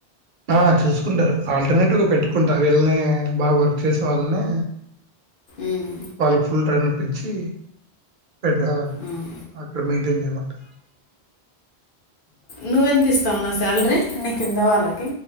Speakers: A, on the right; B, on the left.
A: ఆ చూసుకుంటారు ఆల్టర్నేటివ్గా పెట్టుకుంటారు వీళ్ళని బాగా వర్క్ చేసే వాళ్ళని
B: ఉమ్,
A: వాళ్ళ ఫుల్ టైమ్ ఇప్పించి పెట్ట
B: ఉమ్.
A: అక్కడ మెయింటైన్ చేయమంటరూ
B: నువ్వెంత ఇస్తావు నా శాలరీ నీ కింద వాళ్ళకి